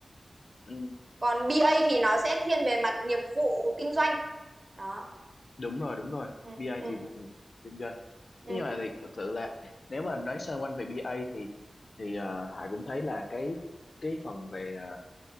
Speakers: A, on the left (about 65°); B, on the right (about 45°).
A: ừ,
B: còn bê A thì nó sẽ thiên về mặt nghiệp vụ kinh doanh đó
A: đúng rồi, đúng rồi.
B: ừ,
A: BA
B: ừ,
A: thì thường kinh doanh.
B: ừ,
A: Thế nhưng mà thì thật sự là nếu mà nói sơ quanh về BA thì thì ờ, Hải cũng thấy là cái cái phần về ờ,